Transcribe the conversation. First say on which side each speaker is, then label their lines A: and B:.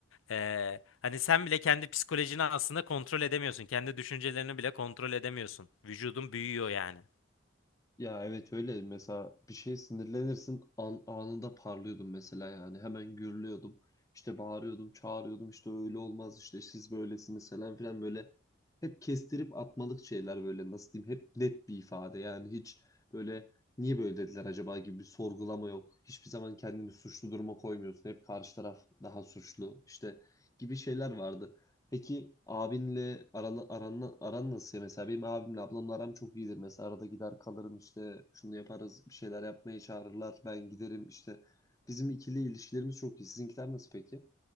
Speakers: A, on the left; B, on the left.
A: e, hani sen bile kendi psikolojini aslında kontrol edemiyorsun. Kendi düşüncelerini bile kontrol edemiyorsun. Vücudun büyüyor yani.
B: Ya evet öyle mesela bir şeye sinirlenirsin an, anında parlıyordum mesela yani hemen gürlüyordum işte bağırıyordum çağırıyordum işte öyle olmaz işte siz böylesiniz falan filan böyle hep kestirip atmalık şeyler böyle nasıl diyeyim hep net bir ifade yani hiç böyle niye böyle dediler acaba gibi bir sorgulama yok hiçbir zaman kendini suçlu duruma koymuyorsun hep karşı taraf daha suçlu işte gibi şeyler vardı. Peki abinle aran, aran, aran nasıl ya? Mesela benim abimle ablamla aram çok iyidir. Mesela arada gider kalırım işte şunu yaparız bir şeyler yapmaya çağırırlar ben giderim işte. Bizim ikili ilişkilerimiz çok iyi. Sizinkiler nasıl peki?